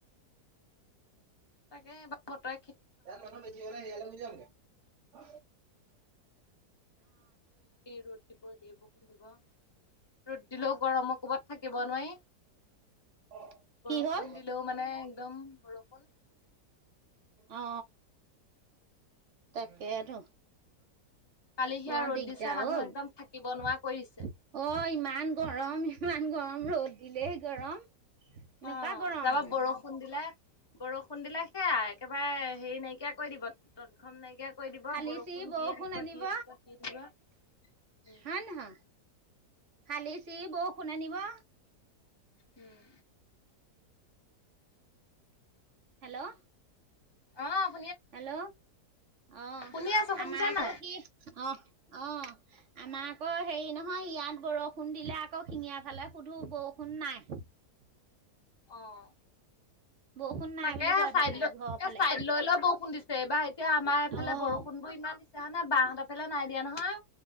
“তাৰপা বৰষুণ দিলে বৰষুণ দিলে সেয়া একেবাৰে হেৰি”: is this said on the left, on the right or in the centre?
Left